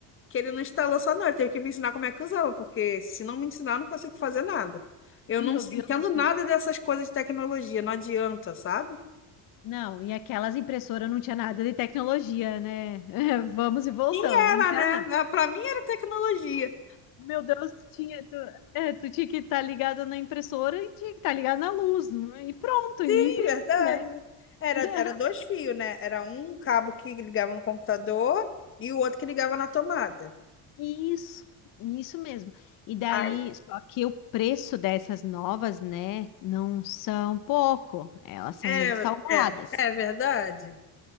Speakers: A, on the left; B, on the left.
A: que ele não instalou só, não. Ele teve que me ensinar como é que usava, porque se não me ensinar, eu não consigo fazer nada. Eu
B: Meu
A: não
B: Deus
A: entendo
B: do céu.
A: nada dessas coisas de tecnologia, não adianta, sabe?
B: Não, e aquelas impressoras não tinha nada de tecnologia, né? <laughs> Vamos e voltamos,
A: Era,
B: não tinha
A: né?
B: nada.
A: Na- Pra mim era tecnologia.
B: Meu Deus, tinha, tu, é, tu tinha que estar ligado na impressora e tinha que estar ligado na luz, né? e pronto, e
A: Sim,
B: imprimir,
A: verdade.
B: né?
A: Era,
B: <laughs>
A: era dois fios, né? Era um cabo que ligava no computador e o outro que ligava na tomada.
B: Isso, isso mesmo. E daí,
A: Ai.
B: só que o preço dessas novas, né, não são pouco, elas são
A: É,
B: bem salgadas.
A: é, é verdade.